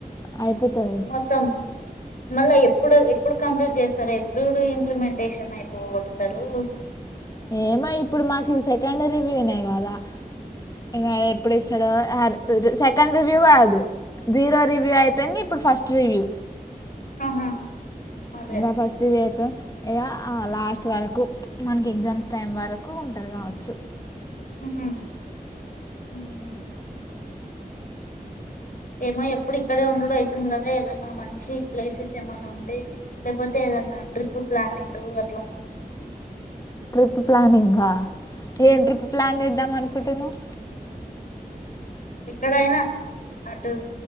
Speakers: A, on the left (about 20°); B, on the left (about 60°).
A: అయిపోతది
B: మొత్తం మళ్ళా ఎప్పుడు ఎప్పుడు కం ఏప్ చేస్తారు ఎప్పుడూ ఇంప్లిమెంటేషన్ అయిపోగోడుతారు
A: ఏమ ఇప్పుడు మాకు ఇది సెకండ్ రివ్యూనే కదా ఇంగ అది ఎప్పుడు ఇస్తాడో సెక్ సెకండ్ రివ్యూ కాదు జీరో రివ్యూ అయిపోయింది ఇప్పుడు ఫస్ట్ రివ్యూ
B: ఆహా అదే
A: ఇంగ ఫస్ట్ ఇదయితే ఏఆ లాస్ట్ వరకు మనకి ఎగ్జామ్స్ టైం వరకు ఉంటది కావచ్చు
B: ఉహు ఉహు ఏమో ఎప్పుడు ఇక్కడే ఉండుడు అయితుంది కదా ఏదన్నా మంచి ప్లేసెస్ ఏమైన్నా ఉంటే లేకపోతే ఏదన్నా ట్రిప్పు ప్లానింగూ అట్లా
A: ట్రిప్ ప్లానింగా
B: ఉమ్.
A: ఏం ట్రిప్ ప్లాన్ చేద్దాం అన్ కుటునవ్
B: ఎక్కడయినా అటు